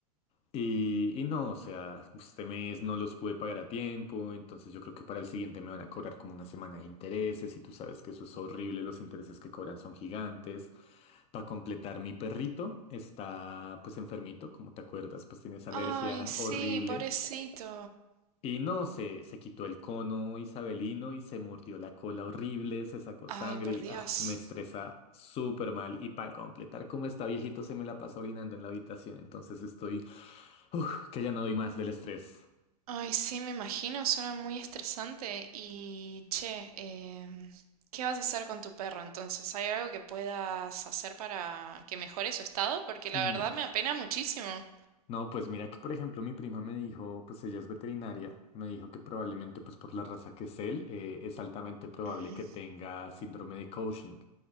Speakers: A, on the left; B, on the right.
A: Y, y no, o sea, este mes no los pude pagar a tiempo, entonces yo creo que para el siguiente me van a cobrar como una semana de intereses y tú sabes que eso es horrible, los intereses que cobran son gigantes. Para completar, mi perrito está pues enfermito, como te acuerdas, pues tiene esa alergia
B: Ay, sí,
A: horrible.
B: pobrecito.
A: Y no, se, se quitó el cono isabelino y se mordió la cola horrible, se sacó
B: Ay,
A: sangre
B: por
A: y
B: Dios.
A: ah, me estresa súper mal. Y para completar, como está viejito, se me la pasa orinando en la habitación, entonces estoy Uf, que ya no doy más del estrés.
B: Ay, sí, me imagino, suena muy estresante. Y, che, em, ¿qué vas a hacer con tu perro entonces? ¿Hay algo que puedas hacer para que mejore su estado? Porque la
A: Mm,
B: verdad me apena muchísimo.
A: No, pues mira que por ejemplo mi prima me dijo, pues ella es veterinaria, me dijo que probablemente pues por la raza que es él, eh, es altamente probable
B: Mm.
A: que tenga síndrome de Cushing.